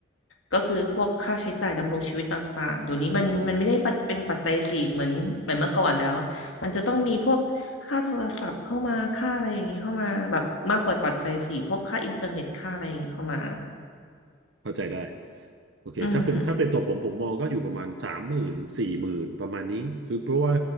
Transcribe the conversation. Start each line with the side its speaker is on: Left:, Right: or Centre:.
Left: ก็คือพวกค่าใช้จ่ายดำรงชีวิตต่างๆเดี๋ยวนี้มันมันไม่ได้ปัจเป็นปัจจัยสี่เหมือนเหมือนเมื่อก่อนแล้วมันจะต้องมีพวกค่าโทรศัพท์เข้ามา
Right: อืม
Left: ค่าอะไรอย่างนี้เข้ามาแบบมากกว่าปัจจัยสี่พวกค่าอินเทอร์เน็ตค่าอะไรอย่างนี้เข้ามา
Right: เข้าใจได้โอเคถ้าเป็นถ้าเป็นตัวผมผมมองก็อยู่ประมาณสามหมื่นสี่หมื่นประมาณนี้คือเพราะว่า
Left: อืม